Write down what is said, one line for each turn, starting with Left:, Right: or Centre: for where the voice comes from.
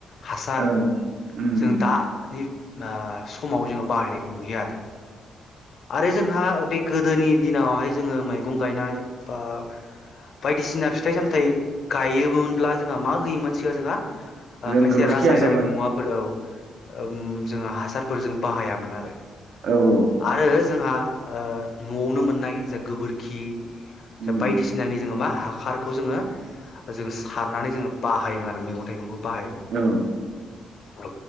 Left: हासार
Right: औ उम
Left: जों दानि आ समाव जोङो बाहायनायखौ नुयो आरो आरो जोंहा बे गोदोनि दिनावहाय जोङो मैगं गायनाय बा बायदिसिना फिथाइ सामथाइ गायो गुबुनब्ला जोंहा मा होयोमोन सिगां जोंहा ओ
Right: जों
Left: खायसे
Right: गोबोरखि
Left: रासायनारिक
Right: हासारबाय
Left: मुवाफोर औ ओ उम जों हासारफोर जों बाहायामोन आरो
Right: औ औ
Left: आरो जोंहा ओ न'आवनो मोननाय जा गोबोरखि
Right: उम
Left: बायदिसिनानि जोङो मा हाखारखौ जोङो जों सारनानै जोङो बाहायोमोन आरो मैगं थाइगंखौ बाहायोमोन
Right: औ
Left: औ